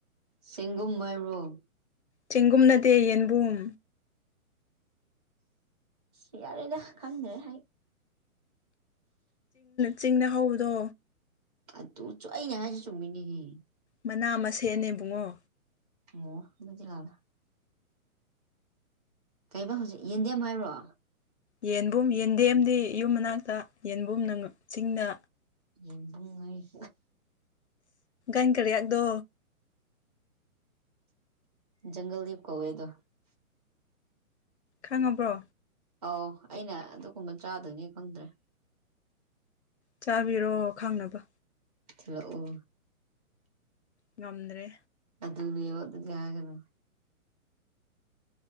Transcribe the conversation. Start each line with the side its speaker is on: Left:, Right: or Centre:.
Right: ꯁꯤꯒꯨꯝ ꯃꯔꯨ
Left: ꯆꯒꯨꯝꯅꯗꯦ ꯌꯦꯟꯕꯨꯝ
Right: ꯑ ꯌꯥꯔꯦꯗ ꯈꯪꯅꯍꯥꯏ
Left: ꯆꯤꯡꯅ ꯍꯧꯕꯗꯣ
Right: ꯑ ꯇꯨꯡ ꯆꯥꯏꯅꯦ ꯍꯥꯏꯖꯤ ꯆꯃꯤꯅꯤ ꯍ
Left: ꯃꯅꯥ ꯑꯃ ꯁꯦꯠꯅꯦꯕꯨꯡꯉꯣ
Right: ꯑꯣ ꯃꯖ ꯂꯗ ꯀꯩꯩꯅ ꯍꯧꯖꯤꯛ ꯌꯦꯟꯗꯦꯝ ꯍꯥꯏꯔꯣ
Left: ꯌꯦꯟꯕꯨꯝ ꯌꯦꯟꯗꯦꯝꯗꯤ ꯌꯨꯝ ꯃꯅꯥꯛꯇ ꯌꯦꯟꯕꯨꯝꯅ ꯆꯤꯡꯗ
Right: ꯌꯦꯕꯨꯡꯉꯩ
Left: ꯥꯏꯀꯔꯤꯗ
Right: ꯖꯪꯒꯜꯗꯞ ꯀꯧꯋꯦꯗ
Left: ꯈꯪꯉꯕ꯭ꯔꯣ
Right: ꯑꯥꯎ ꯑꯩꯅ ꯑꯗꯨꯒꯨꯝꯕ ꯆꯥꯗꯣꯏꯅꯤ ꯈꯪꯗ꯭ꯔꯦ
Left: ꯆꯥꯕꯤꯔꯣ ꯈꯪꯅꯕ
Right: ꯆꯂꯣ ꯑꯣ
Left: ꯉꯝꯗ꯭ꯔꯦ
Right: ꯑꯗꯨ ꯅ ꯑꯗꯨꯗꯤ ꯌꯥꯒꯅ